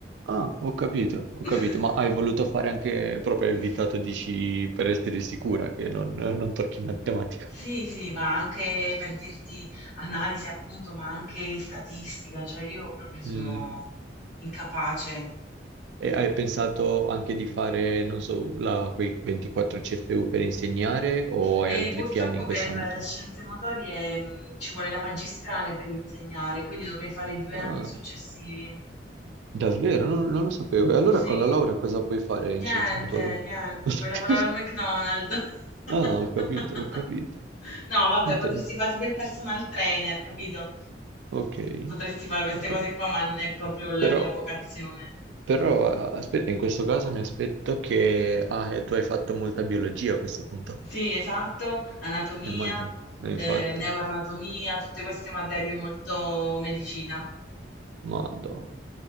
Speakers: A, on the right; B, on the left.
A: Ah, ho capito, ho
B: <laughs>
A: capito, ma hai voluto fare anche proprio invitato, dici, per essere sicura che non, non tocchi matematica.
B: Sì, sì, ma anche per dirti analisi appunto, ma anche statistica, cioè io proprio sono
A: Mm.
B: incapace.
A: E hai pensato anche di fare, non so, la- quei 24 CFU per insegnare o
B: E
A: hai altri
B: purtroppo
A: piani in questo
B: per
A: ambito?
B: eh, scienze motorie, mhmm, ci vuole la magistrale per insegnare, quindi dovrei fare i 2
A: Ah.
B: anni successivi.
A: Davvero? Non, non lo sapevo. E allora
B: Sì.
A: con la laurea cosa puoi fare in
B: Niente,
A: scienze motorie?
B: niente,
A: <laughs>
B: vuoi lavorare al McDonald's. <laughs>
A: Ah, ho capito, ho capito.
B: No, vabbè,
A: Interessante.
B: potresti fa' tipo il personal trainer, capito?
A: Ok,
B: Potresti fare queste
A: ho capito.
B: cose qua, ma non è proprio la
A: Però,
B: mia vocazione.
A: però, aspetta, in questo caso mi aspetto che ah, eh, tu hai fatto molta biologia a questo punto.
B: Sì, esatto, anatomia,
A: Immagino, Eh,
B: ehm,
A: infatti.
B: neuroanatomia, tutte queste materie
A: Madonna.
B: molto medicina.
A: Madonna.